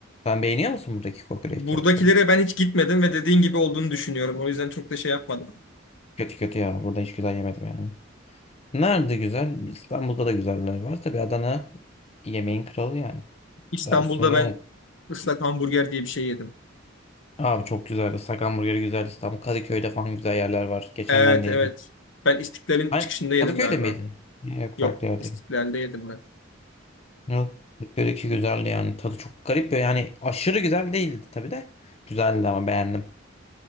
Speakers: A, on the left; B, on the left.
A: Sen beğeniyor musun buradaki kokoreçleri?
B: Buradakilere ben hiç gitmedim ve dediğin gibi olduğunu düşünüyorum. O yüzden çok da şey yapmadım.
A: Kötü kötü ya. Burada hiç güzel yemedim yani. Nerede güzel? İstanbul'da da güzeller var. Tabii Adana yemeğin kralı yani.
B: İstanbul'da
A: Daha üstüne gelemedim.
B: ben ıslak hamburger diye bir şey yedim.
A: Abi çok güzeldi. Islak hamburgeri güzel. İstanbul Kadıköy'de falan güzel yerler var. Geçen
B: Evet
A: ben de
B: evet.
A: yedim.
B: Ben İstiklal'in
A: Ay,
B: çıkışında yedim
A: Kadıköy'de
B: galiba.
A: miydin? Yok
B: Yok
A: farklı yerdeyim.
B: İstiklal'de yedim ben.
A: Yok. Kadıköy'deki güzeldi yani. Tadı çok garip. böyle Yani aşırı güzel değildi tabii de. Güzeldi ama beğendim.